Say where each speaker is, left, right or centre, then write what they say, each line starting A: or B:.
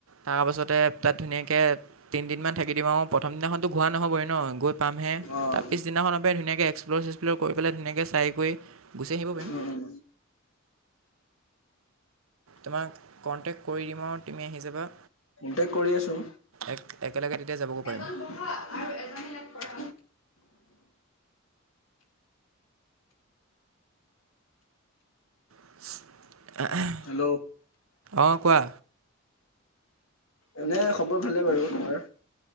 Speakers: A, on the right (about 85°); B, on the left (about 85°).
A: তাৰপাছতে তাত ধুনীয়াকে তিনদিনমান থাকি দিম আৰু, প্ৰথম দিনাখনতো ঘুৰা নহ'বৱে ন, গৈ পামহে,
B: অ',
A: তাৰ পিছদিনাখনৰ পৰাই ধুনাকৈ এক্সপ্ল'ৰ-চেক্সপ্ল'ৰ কৰি পেলাই ধুনীয়াকৈ চাই কৰি গুচি আহিব পাৰিম।
B: উম, উম।
A: তোমাক কণ্টেক্ট কৰি দিম আৰু তুমি আহি যাবা।
B: কণ্টেক্ট কৰি আছোঁ।
A: এক, একেলগে তেতিয়া যাবও
B: এজন
A: পাৰিম।
B: বহা আৰু এজনে ইয়াক পঢ়া।
A: <unintelligible>
B: হেল্ল'?
A: অ', কোৱা।
B: এনে খবৰ ভালে বাৰু, তোমাৰ?